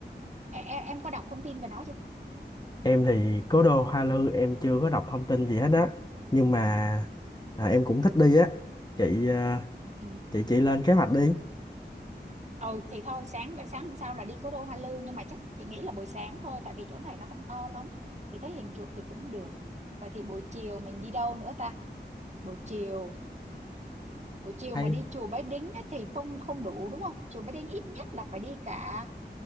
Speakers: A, on the right (about 40°); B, on the left (about 20°).
A: em, em, em có đọc thông tin về nó chưa
B: Em thì cố đô Hoa Lư em chưa có đọc thông tin gì hết á nhưng mà à, em cũng thích đi á chị à,
A: ừ
B: chị chị lên kế hoạch đi
A: ừ thì thôi sáng sáng hôm sau là đi cố đô Hoa Lư nhưng mà chắc chị nghĩ là buổi sáng thôi tại vì chỗ này nó không to lắm chị thấy hình chụp thì cũng được vậy thì buổi chiều mình đi đâu nữa ta buổi chiều buổi chiều
B: hay
A: mà đi chùa Bái Đính á, thì không không đủ đúng không chùa Bái Đính ít nhất là phải đi cả